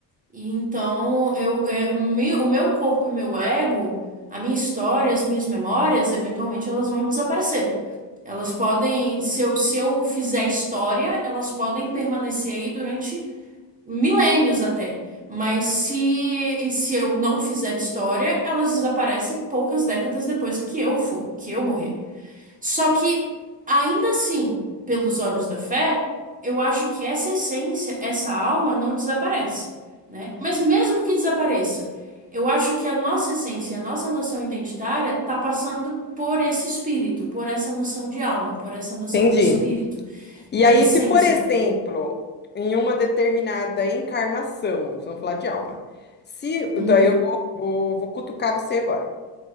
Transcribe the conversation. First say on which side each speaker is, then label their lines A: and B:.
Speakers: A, on the right (about 15°); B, on the left (about 25°).
A: E então, eu, é, o meu, o meu corpo e meu ego, a minha história, as minhas memórias, eventualmente elas vão desaparecer. Elas podem, se eu, se eu fizer história, elas podem permanecer aí durante milênios até. Mas se, se eu não fizer história, elas desaparecem poucas décadas depois que eu for, que eu morrer. Só que, ainda assim, pelos olhos da fé, eu acho que essa essência, essa alma não desaparece, né? Mas mesmo que desapareça, eu acho que a nossa essência, a nossa noção identitária está passando por esse espírito, por essa noção de alma, por essa noção
B: Entendi.
A: de espírito,
B: E
A: de
B: aí,
A: essência.
B: se, por exemplo, em uma determinada encarnação, vamos falar de alma, se,
A: Uhum.
B: daí eu vou, vou, vou cutucar você agora.